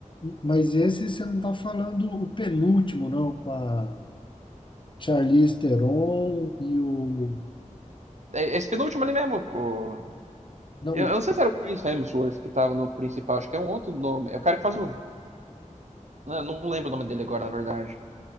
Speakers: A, on the left; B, on the right.
A: mas esse você não tá falando o penúltimo, não, com a Charlize Theron e o.
B: É, Esse penúltimo ali mesmo, o-
A: Não,
B: eu,
A: o
B: eu não sei se era o Chris Hemsworth que tava no principal, acho que é um outro nome. É o cara que faz o. Não, não lembro o nome dele agora, na verdade.